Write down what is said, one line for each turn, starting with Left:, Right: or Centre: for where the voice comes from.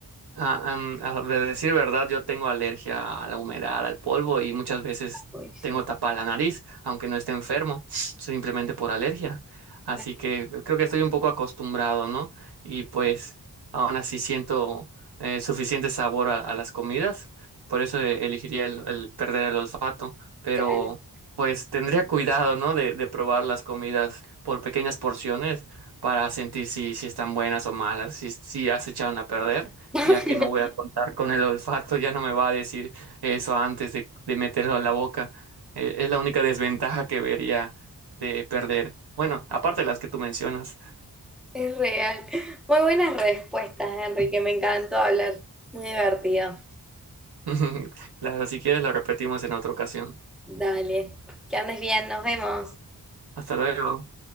Right: A, am- a de decir verdad, yo tengo alergia a la humedad, al polvo y muchas veces
Centre: uy, sí,
Right: tengo tapada la nariz, aunque no esté enfermo, simplemente por alergia. Así
Centre: claro,
Right: que eh, creo que estoy un poco acostumbrado, ¿no? Y pues aún así siento eh, suficiente sabor a, a las comidas, por eso eh, elegiría el, el perder el olfato, pero
Centre: Claro.
Right: pues tendría cuidado, ¿no? De, de probar las comidas por pequeñas porciones para sentir si, si están buenas o malas, si, si ya se echaron a perder
Centre: claro,
Right: ya que
Centre: <laughs>
Right: no voy a contar con el olfato, ya no me va a decir eso antes de, de meterlo a la boca. Eh, es la única desventaja que vería de perder. Bueno, aparte de las que tú mencionas.
Centre: Es real. Muy buenas respuestas, Enrique, me encantó hablar. Muy divertido.
Right: <laughs> Claro, si quieres lo repetimos en otra ocasión.
Centre: Dale, que andes bien, nos vemos.
Right: Hasta luego.